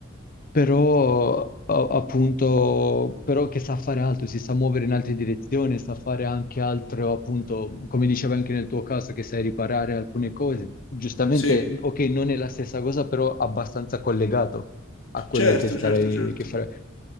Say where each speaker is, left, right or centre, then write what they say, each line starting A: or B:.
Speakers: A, on the left (about 45°); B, on the left (about 70°).
A: però a- appunto, però che sa fare altro, si sa muovere in altre direzioni, sa fare anche altro, appunto, come dicevo anche nel tuo caso, che sai riparare alcune cose. Giustamente,
B: sì.
A: ok, non è la stessa cosa, però abbastanza collegato a quello
B: Certo,
A: che starei,
B: certo, certo.
A: che farei.